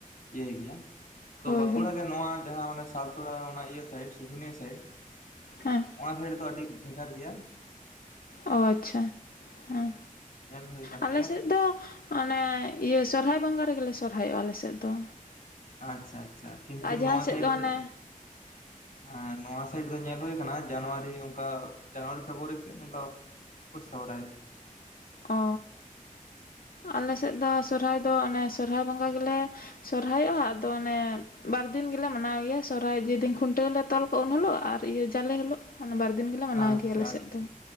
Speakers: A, on the left; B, on the left.
A: ᱤᱭᱟᱹᱭ ᱜᱮᱭᱟ ᱛᱚ
B: ᱦᱳᱭ
A: ᱵᱟᱸᱠᱩᱲᱟ
B: ᱦᱳᱭ
A: ᱜᱮ ᱱᱚᱣᱟ ᱡᱟᱦᱟᱸ ᱚᱱᱮ <unintelligible> ᱚᱱᱟ ᱤᱭᱟᱹ ᱥᱟᱭᱤᱰ ᱥᱩᱥᱩᱱᱤᱭᱟᱹ ᱥᱟᱭᱤᱰ
B: ᱦᱮᱸ
A: ᱚᱱᱟ ᱥᱟᱭᱤᱰ ᱫᱚ ᱟᱹᱰᱤ ᱵᱷᱮᱜᱟᱨ ᱜᱮᱭᱟᱱ
B: ᱚ ᱟᱪᱪᱷᱟ ᱦᱮᱸ
A: ᱧᱮᱞ ᱦᱩᱭ ᱟᱠᱟᱱ
B: ᱟᱞᱮ
A: ᱜᱮᱭᱟ
B: ᱥᱮᱫ ᱫᱚ ᱚᱱᱮ ᱤᱭᱟᱹ ᱥᱚᱨᱦᱟᱭ ᱵᱚᱸᱜᱟ ᱨᱮᱜᱮ ᱥᱚᱨᱦᱟᱭᱚᱜᱼᱟ ᱟᱞᱮᱥᱮᱫ ᱫᱚ᱾
A: ᱟᱪᱪᱷᱟ ᱟᱪᱪᱷᱟ ᱠᱤᱱᱛᱩ
B: ᱟᱨ ᱡᱟᱦᱟᱸ
A: ᱱᱚᱣᱟ
B: ᱥᱮᱫ
A: ᱥᱟᱭᱤᱰ
B: ᱚᱱᱮ
A: ᱫᱚ ᱦᱮᱸ ᱱᱚᱣᱟ ᱥᱟᱭᱤᱴ ᱫᱚ ᱧᱮᱞ ᱦᱩᱭ ᱟᱠᱟᱱᱟ ᱡᱟᱱᱩᱣᱟᱨᱤ ᱚᱱᱠᱟ ᱡᱟᱱᱩᱣᱟᱨᱤ ᱯᱷᱮᱵᱽᱨᱩᱣᱟᱨᱤ ᱥᱮᱫ ᱚᱱᱠᱟ ᱠᱚ ᱥᱚᱦᱨᱟᱭᱚᱜ ᱜᱮᱭᱟ
B: ᱚ ᱟᱞᱮ ᱥᱮᱫ ᱫᱚ ᱥᱚᱨᱦᱟᱭ ᱫᱚ ᱚᱱᱮ ᱥᱚᱨᱦᱟᱭ ᱵᱚᱸᱜᱟ ᱜᱮᱞᱮ ᱥᱚᱨᱦᱟᱭᱚᱜᱼᱟ ᱟᱫᱚ ᱚᱱᱮ ᱵᱟᱨ ᱫᱤᱱ ᱜᱮᱞᱮ ᱢᱟᱱᱟᱣ ᱜᱮᱭᱟ ᱥᱚᱨᱦᱟᱭ ᱡᱮᱫᱤᱱ ᱠᱷᱩᱱᱴᱟᱹᱣᱞᱮ ᱛᱚᱞ ᱠᱚᱼᱟ ᱩᱱ ᱦᱤᱞᱳᱜ ᱟᱨ ᱟᱨ ᱤᱭᱟᱹ ᱡᱟᱞᱮ ᱦᱤᱞᱳᱜ᱾ ᱚᱱᱟ ᱵᱟᱨ ᱫᱤᱱ ᱜᱮᱞᱮ ᱢᱟᱱᱟᱣ
A: ᱟᱪᱪᱷᱟ
B: ᱜᱮᱭᱟ ᱟᱞᱮ ᱥᱮᱫ
A: ᱟᱪᱪᱷᱟ
B: ᱫᱚ